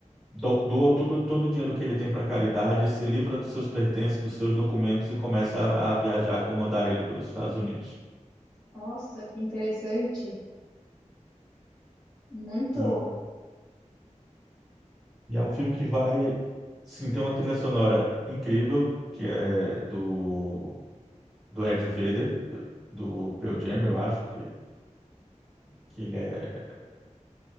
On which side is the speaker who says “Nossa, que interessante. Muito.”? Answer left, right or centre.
Left